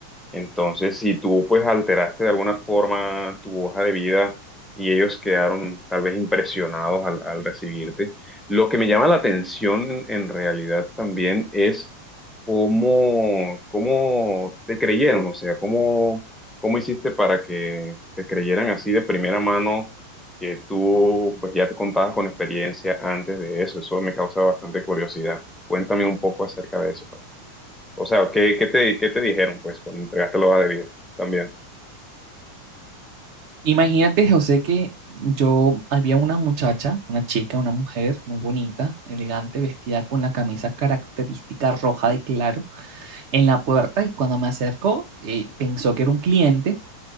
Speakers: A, in the centre; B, on the right (about 55°).
A: Entonces, si tú pues alteraste de alguna forma tu hoja de vida y ellos quedaron tal vez impresionados al, al recibirte, lo que me llama la atención en, en realidad también es cómo, cómo te creyeron, o sea, cómo, cómo hiciste para que te creyeran así de primera mano que tú pues ya te contabas con experiencia antes de eso. Eso me causa bastante curiosidad. Cuéntame un poco acerca de eso. O sea, ¿qué, qué te, qué te dijeron, pues, cuando entregaste la hoja de vida también?
B: Imagínate, José, que yo había una muchacha, una chica, una mujer muy bonita, elegante, vestida con la camisa característica roja de claro en la puerta y cuando me acercó eh, pensó que era un cliente